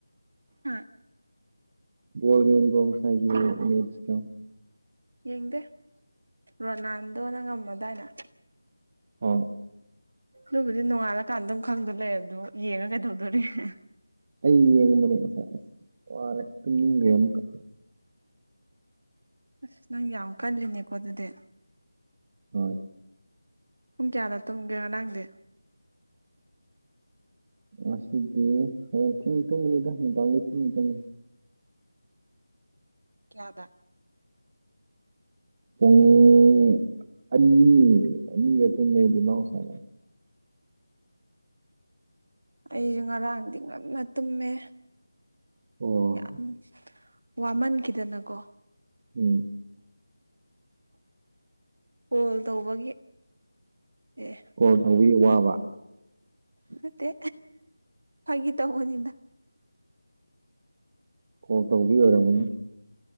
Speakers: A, on the right (about 75°); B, on the right (about 35°).
A: ꯍꯥ
B: ꯕꯣꯜ ꯌꯦꯡꯕ꯭ꯔꯣ ꯉꯁꯥꯏꯒꯤ ꯃꯦꯠꯁꯇꯣ
A: ꯌꯦꯡꯗꯦ ꯔꯣꯅꯥꯜꯗꯣꯅ ꯉꯝꯃꯗꯥꯏꯅ
B: ꯍꯣꯏ
A: ꯗꯨꯕꯨꯗꯤ ꯅꯣꯡꯉꯥꯜꯂꯀꯥꯟꯗ ꯑꯗꯨꯝ ꯈꯪꯗꯣ ꯂꯩꯔꯗꯨꯕꯨ ꯌꯦꯡꯉ ꯀꯩꯗꯧꯗꯣꯔꯤꯒꯦ
B: ꯑꯩ ꯌꯦꯡꯕꯅꯦ ꯉꯁꯥꯏ ꯑꯁ ꯋꯥꯔꯦ ꯇꯨꯝꯅꯤꯒ꯭ꯔꯦ ꯑꯃꯨꯛꯀ
A: ꯑꯁ ꯅꯪ ꯌꯥꯝ ꯀꯜꯂꯤꯅꯦꯀꯣ ꯑꯗꯨꯗꯤ
B: ꯍꯣꯏ
A: ꯄꯨꯡ ꯀꯌꯥꯗ ꯇꯨꯝꯒꯦ ꯉꯔꯥꯡꯗꯤ
B: ꯉꯁꯤꯗꯤ ꯍꯌꯦꯡ ꯊꯦꯡ ꯇꯨꯝꯒꯅꯤꯗ ꯅꯨꯡꯗꯥꯡꯗꯤ ꯊꯦꯡ ꯇꯨꯝꯃꯤ
A: ꯀꯌꯥꯗ
B: ꯄꯨꯡ ꯑꯅꯤ ꯑꯅꯤꯗ ꯇꯨꯝꯃꯦ ꯗꯨꯃ ꯉꯁꯥꯏ
A: ꯑꯩꯖꯨ ꯉꯔꯥꯡꯗꯤ ꯉꯟꯅ ꯇꯨꯝꯃꯦ
B: ꯑꯣ
A: ꯌꯥꯝ ꯋꯥꯃꯟꯈꯤꯗꯅꯀꯣ
B: ꯎꯝ
A: ꯀꯣꯜ ꯇꯧꯕꯒꯤ ꯑꯦ
B: ꯀꯣꯜ ꯇꯧꯕꯤꯒꯤ ꯋꯥꯕ
A: ꯅꯠꯇꯦ ꯐꯥꯒꯤ ꯇꯧꯕꯅꯤꯗ
B: ꯀꯣꯜ ꯇꯧꯕꯤ ꯑꯣꯏꯔꯝꯒꯅꯤ